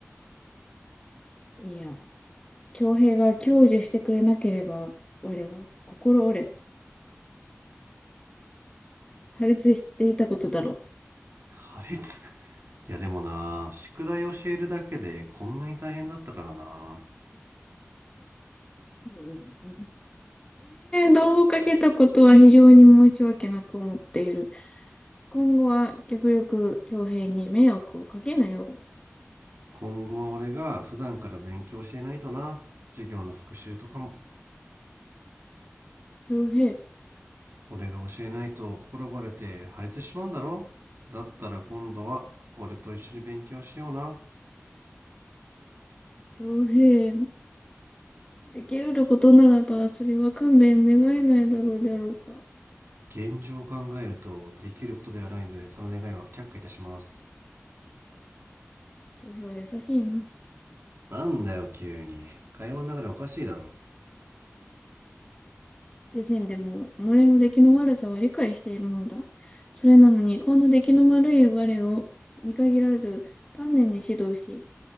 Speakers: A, on the left (about 20°); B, on the right (about 55°).
A: いや、恭平が享受してくれなければ、我は心折れ、破裂していたことだろ
B: 破裂いやでもな宿題教えるだけでこんなに大変だったからな
A: ううんうんうんう。道をかけたことは非常に申し訳なく思っている。今後は極力恭平に迷惑をかけなよう。
B: 今後は俺が普段から勉強していないとな授業の復習とかも
A: 恭平、
B: 俺が教えないと心が折れて破裂しちまうんだろだったら今度は俺と一緒に勉強しような
A: 恭平、できうることならば、それは勘弁願えないだろうであろうか。
B: 現状を考えるとできることではないのでその願いは却下いたします
A: 恭平は優しいな。
B: なんだよ急に会話の中でおかしいだろ
A: 自身でも己の出来の悪さは理解しているのだ。それなのに、こんな出来の悪い我を見限らず、丹念に指導し、